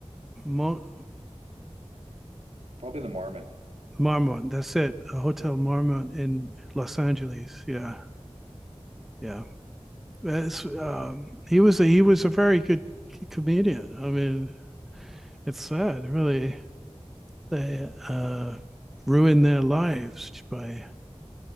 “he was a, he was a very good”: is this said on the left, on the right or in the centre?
Centre